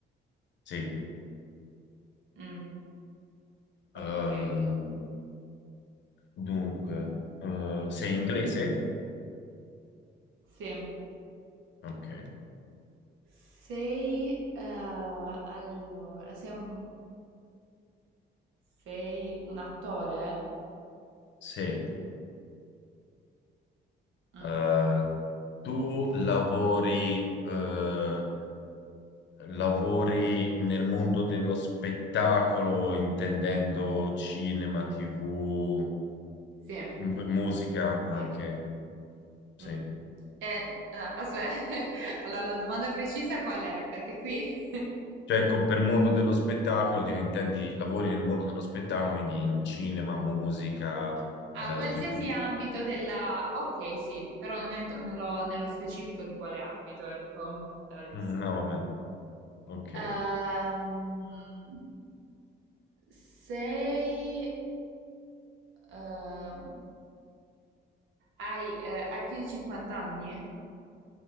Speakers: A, on the left; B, on the right.
A: sì.
B: Mm, ok,
A: Ehm, dunque, eh, sei inglese?
B: sì.
A: Ok,
B: Sei, eh, allora, sei un, sei un attore?
A: sì.
B: Mm,
A: Eh, tu lavori, eh, lavori nel mondo dello spettacolo, intendendo cinema, TV,
B: sì,
A: m- musica anche,
B: sì.
A: sì.
B: Mm. Eh, no, aspetta, <laughs> allora la domanda precisa qual è? Perché qui... <laughs>
A: Cioè, ecco, per mondo dello spettacolo, dico, intendi, lavori nel mondo dello spettacolo, quindi in cinema, musica, eh,
B: A qualsiasi
A: TV.
B: ambito della... Ok, sì, però non entro nello, nello specifico di quale ambito, ecco, per adesso.
A: Mm, No, vabbè, ok.
B: Ehm, sei... ehm, hai, eh, hai più di 50 anni?